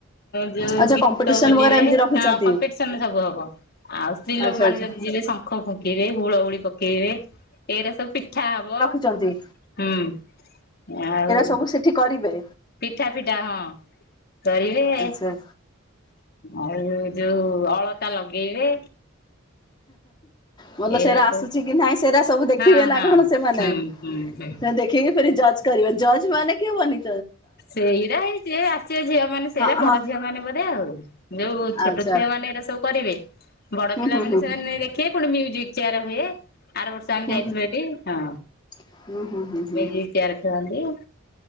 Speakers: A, on the left; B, on the left.
A: ଯୋଉ
B: ଆଚ୍ଛା
A: ଗୀତ
B: କମ୍ପିଟିସନ
A: ବୋଲିବେ
B: ବଗେରା ଏମିତି ରଖିଛନ୍ତି
A: ହ କମ୍ପିଟିସନ ସବୁ ହବ ଆଉ ସ୍ତ୍ରୀ
B: ଆଚ୍ଛା
A: ଲୋକମାନେ
B: ଆଚ୍ଛା।
A: ଯଦି ଯିବେ ଶଙ୍ଖ ଫୁଙ୍କିବେ ହୁଳହୁଳି ପକେଇବେ। ଏଇରା ସବୁ ପିଠା ହବ।
B: ଛନ୍ତି।
A: ହୁଁ ଆଉ
B: ସବୁ ସେଠି କରିବେ
A: ପିଠା ପିଠା ହଁ କରିବେ
B: ଆଚ୍ଛା।
A: ଆଉ ଯୋଉ ଅଳତା ଲଗେଇବେ।
B: ଭଲ
A: ଏଇରା
B: ସେଇରା
A: ସବୁ
B: ଆସୁଛି କି ନାହିଁ ସେରା ସବୁ ଦେଖିବେ
A: ହଁ
B: ନା
A: ହଁ
B: କଣ ସେମାନେ?
A: ହୁଁ ହୁଁ।
B: ସେରା ଦେଖୀକିି ଫେରି ଜଜ୍ କରିବେ ଜଜ୍ ମାନେ କେଉଁମାନେ?
A: ସେଇରା ହେଇ ଯିଏ ଆସିବେ ଝିଅ ମାନେ ସେରା
B: ହଁ
A: ବଡ
B: ହଁ
A: ଝିଅ ମାନେ ବୋଧେ ଆଉ। ଯୋଉ ଛୋଟ
B: ଆଚ୍ଛା
A: ଛୁଆ ମାନେ ଏଇରା ସବୁ କରିବେ ବଡ
B: ହୁଁ
A: ପିଲାମାନେ
B: ହୁଁ ହୁଁ
A: ସେମାନେ ନେଇକି ଦେଖି ବେ ପୁଣି ମ୍ୟୁଜିକ ଚେୟାର ହୁଏ। ଆର ବର୍ଷ ଆମେ
B: ହୁଁ
A: ଯାଇଥିଲୁ
B: ହୁଁ
A: ଏଠି ହଁ
B: ହୁଁ ହୁଁ ହୁଁ ହୁଁ।
A: ମ୍ୟୁଜିକ୍ ଚେୟାର ଖେଳନ୍ତି।